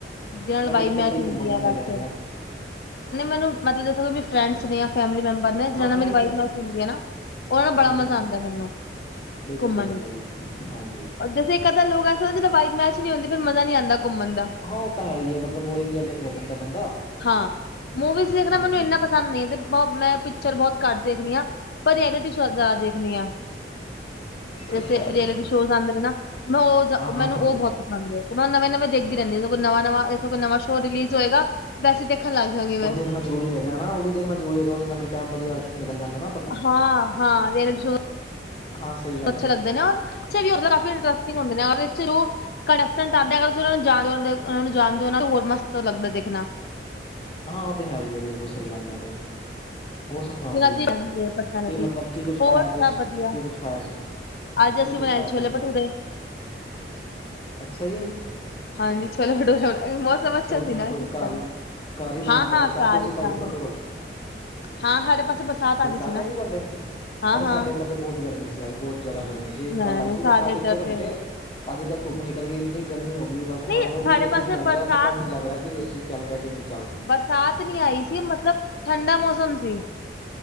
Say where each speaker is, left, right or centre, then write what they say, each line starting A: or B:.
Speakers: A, on the left; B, on the left.
A: ਜਿਨ੍ਹਾਂ ਨਾਲ
B: ਵੈਸੇ
A: ਵਾਈਬ
B: ਤਾਂ ਇਕੱਲਾ
A: ਮੈਚ
B: ਹੀ
A: ਹੁੰਦੀ
B: ਘੁੰਮਣ ਦਾ
A: ਐ
B: ਮਜ਼ਾ
A: ਵੈਸੇ
B: ਹੈਗਾ
A: ਨ੍ਹੀਂ ਮੈਨੂੰ ਮਤਲਬ ਦੱਸੋਗੇ ਵੀ ਫਰੈਂਡਸ ਨੇਂ ਜਾਂ ਫੈਮਲੀ ਮੈਂਬਰ ਨੇਂ, ਜਿਨ੍ਹਾਂ
B: ਹਾਂ
A: ਨਾਲ
B: ਫਰੈਂਡਸ
A: ਮੇਰੀ ਵਾਈਬ ਮੈਚ ਹੁੰਦੀ ਏਨਾਂ, ਉਹਨਾਂ ਨਾਂ ਬੜਾ
B: ਹਾਂਜੀ-ਹਾਂਜੀ
A: ਮਜ਼ਾ ਆਂਦਾ ਮੈਨੂੰ।
B: ਬਿਲਕੁਲ
A: ਘੁੰਮਣ
B: ਸਹੀ ਗੱਲ
A: ਵਿੱਚ
B: ਐ ਜੀ, ਹਾਂਜੀ।
A: ਜੈਸੇ ਇੱਕ ਅੱਧਾ ਲੋਕ ਅਸਲ ਜਦ ਵਾਈਬ ਮੈਚ ਨੀਂ ਹੁੰਦੀ ਫਿਰ ਮਜ਼ਾ ਨੀਂ ਆਂਦਾ ਘੁੰਮਣ ਦਾ।
B: ਹਾਂ ਉਹ ਤਾਂ ਹੈ ਈ ਐ, ਮਤਲਬ ਬੋਰਿੰਗ ਜਿਆ ਹੋ ਜਾਂਦਾ ਬੰਦਾ।
A: ਹਾਂ ਮੂਵੀਜ਼ ਦੇਖਣਾ
B: ਹੂੰ
A: ਮੈਨੂੰ ਇਨਾ ਪਸੰਦ ਨ੍ਹੀਂ ਤੇ ਮੈਂ ਪਿਕਚਰ ਬਹੁਤ ਘੱਟ ਦੇਖਦੀ ਆਂ, ਪਰ ਰਿਐਲਿਟੀ ਸ਼ੋ ਜ਼ਿਆਦਾ ਦੇਖ ਣੀ ਆਂ। ਜੈਸੇ
B: ਅੱਛਾ
A: ਰਐਲਿਟੀ ਸ਼ੋਜ਼ ਆਂਦੇ ਨੇ ਨਾਂ, ਮੈਂ ਉਹ
B: ਹਾਂ-ਹਾਂ
A: ਮੈਨੂੰ
B: ਸਮਝ
A: ਉਹ
B: ਗਿਆ
A: ਬਹੁਤ ਹਾਂਜੀ, ਤੇ ਮੈਂ ਨਵੇਂ-ਨਵੇਂ ਦੇਖਦੀ ਰਹਿੰਦੀ, ਜਿਵੇਂ ਕੋਈ ਨਵਾਂ-ਨਵਾਂ ਜੇਸੈ ਕੋਈ ਨਵਾਂ ਸ਼ੋ ਰਿਲੀਜ਼ ਹੋਏਗਾ ਵੈਸੀ ਦੇ ਖਣ ਲੱਗ ਜਾਂਗੀ ਮੈਂ
B: ਉਹ ਦੇਖਣਾ ਜ਼ਰੂਰੀ ਹੈਗਾ ਨਾਂ, ਉਹ ਵੀ ਦੇਖਣਾ ਜ਼ਰੂਰੀ ਹੈਗਾ, ਉਹਦੇ ਨਾਲ ਵੀ ਟਾਈਮ ਵਧੀਆ ਨਿਕਲ ਜਾਂਦਾ ਨਾਂ।
A: ਹਾਂ ਹਾਂ, ਰਿਏਲਟੀ ਸੋ਼ਅ <inaudible>
B: ਹਾਂ ਸਹੀ ਗੱਲ
A: ਅੱਛੇ
B: ਹੈ
A: ਲੱਗਦੇ ਨੇਂ ਔਰ ਵੀ ਉਹਦੇ ਕਾਫੀ ਇੰਟਰਸਟਿੰਗ ਹੁੰਦੇ ਨੇਂ <unintelligible> ਘੜਣਟ ਆਉਂ ਅਰ ਤੁਸੀਂ ਉਹ ਨੂੰ ਜਾਣਦੇ ਉਹ ਨੂੰ ਜਾਣਦੇ ਹੋ, ਉਹਨਾਂ ਨੂੰ ਹੋਰ ਮਸਤ ਲੱਗਦਾ ਦੇਖਣਾ।
B: ਹਾਂ ਉਹ ਤੇ ਹੈ ਈ ਐ, ਬਿਲਕੁਲ ਸਹੀ ਗੱਲ ਐ ਤੇ, ਹੋਰ ਸੁ ਣਾਓ
A: ਜਿਹਨਾਂ
B: ਜੀ
A: ਦੀ ਪਰਸਨੈਲਿਟੀ
B: ਕੀ ਮਤਲਬ ਕੀ ਕੁੱਝ
A: ਹੋਰ
B: ਖਾਇਆ
A: ਸਭ
B: ਅੱਜ
A: ਵਧੀਆ
B: ਕੀ ਕੁੱਛ ਖਾਇਆ ਸੀ।
A: ਅੱਜ ਅਸੀਂ
B: ਕੀ ਕੁਛ
A: ਬਣਾਏ
B: ਖਾਇਆ
A: ਛੋਲੇ
B: ਸਵੇਰੇ?
A: ਭਟੂਰੇ।
B: ਅੱਛਾ ਜੀ।
A: ਹਾਂਜੀ ਸ਼ੋਲੇ ਭਠੁਰੇ ਮੌਸਮ ਅੱਛਾ
B: ਛੋਲੇ
A: ਸੀ ਨਾਂ,
B: ਭਟੂਰੇ
A: ਇਸ
B: ਘਰ
A: ਕਰਕੇ।
B: ਹੀ ਘਰ ਹੀ ਬਣਾ
A: ਹਾਂ
B: ਤੇ
A: ਹਾਂ
B: ਬਰਸਾਤ
A: ਕਾਰ
B: ਬਰਸੂਤ
A: ਹੀ
B: ਆਈ
A: ਕਾਰ
B: ਕਿ ਤੁਹਾਡੇ
A: ਹੀ
B: ਕੋਲ।
A: ਹਾਂ ਸਾਡੇ ਪਾਸੇ ਆ
B: ਬਰਸਾਤ
A: ਗਈ ਨਾ
B: ਆਈ ਸੀ ਤੁਹਾਡੇ?
A: ਹਾਂ
B: ਅਰੇ ਸਾਡੇ
A: ਹਾਂ
B: ਇੱਧਰ ਤਾਂ ਬਹੁਤ ਗਰਮੀ ਸੀ। ਅੱਜ ਬਹੁਤ ਜ਼ਿਆਦਾ ਗਰਮੀ ਸੀ,
A: ਨਹੀਂ
B: ਕੱਲ ਆਈ
A: ਨਹੀਂ
B: ਸੀ
A: ਸਾਡੇ
B: ਬਰਸਾਤ
A: ਇੱਧਰ
B: ਇੱਕੋ
A: ਤੇ
B: ਘੰਟੇ ਅੱਜ ਤਾਂ ਧੁੱਪ ਨਿਕਲ ਗਈ ਇੰਨੀ ਗਰਮੀ ਹੋ ਗਈ ਬਸ
A: ਨਹੀਂ
B: ਮੰਨ ਲਓ ਕਿ
A: ਸਾਡੇ
B: ਅਸੀਂ
A: ਪਾਸੇ
B: ਚੱਲ
A: ਬਰਸਾਤ
B: ਰਿਹਾ ਪਤਾ ਮੈਨੂੰ ਲੱਗ ਰਿਆ ਤੇ ਏ ਸੀ ਚੱਲ ਰਿਹਾ ਕਿ ਨਈਂ।
A: ਬਰਸਾਤ ਨੀਂ ਆਈ ਸੀ ਮਤਲਬ ਠੰਡਾ ਮੌਸਮ ਸੀ।